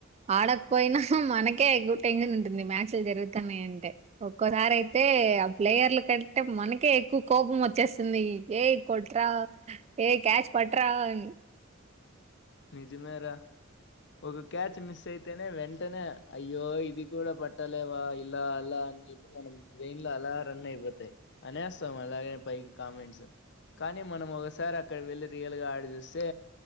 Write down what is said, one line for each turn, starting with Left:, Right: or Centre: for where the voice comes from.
Right: ఆడకపోయినా మనకే ఎక్కువ టెన్షన్ ఉంటుంది మ్యాచ్లు జరుగుతాన్నా అంటే ఒక్కసారి అయితే ఆ ప్లేయర్లు కంటే మనకే ఎక్కువ కోపం వచ్చేస్తుంది ఏ కొట్రా ఏ క్యాచ్ పట్రా అని
Left: నిజమేరా ఒక క్యాచ్ మిస్ అయితేనే వెంటనే అయ్యో ఇది కూడా పట్టలేవా ఇలా అలా అని చెప్పి మనం బ్రెయిన్ లో అలా రన్ అయిపోతాయి అనేస్తాం అలాగనే పైకి కామెంట్స్ కానీ మనం ఒకసారి అక్కడ వెళ్ళి రియల్ గా ఆడ చూస్తే